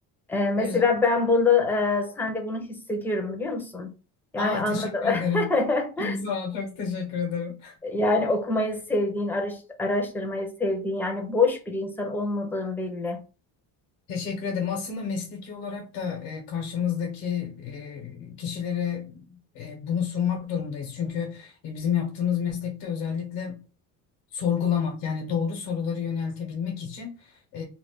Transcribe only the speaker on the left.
O yüzden,
aa
teşekkür ederim.
Çok sağ ol, çok teşekkür ederim.
Teşekkür ederim. Aslında mesleki olarak da e, karşımızdaki e, kişilere e, bunu sunmak durumdayız. Çünkü e, bizim yaptığımız meslekte özellikle sorgulamak yani doğru soruları yöneltebilmek için e,